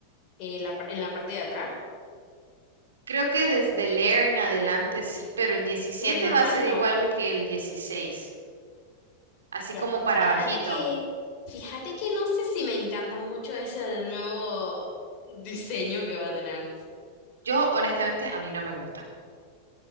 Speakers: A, on the left; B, on the right.
A: eh, la par- en la parte de atrás?
B: Creo que desde el Air en adelante sí, pero el 17
A: O sea, el normal
B: va a ser
A: no.
B: igual que el 16, así
A: Ya.
B: como para
A: Fíjate
B: bajito.
A: que, fíjate que no sé si me encanta mucho ese nuevo diseño que va a tener.
B: Yo, honestamente, a mí no me gusta.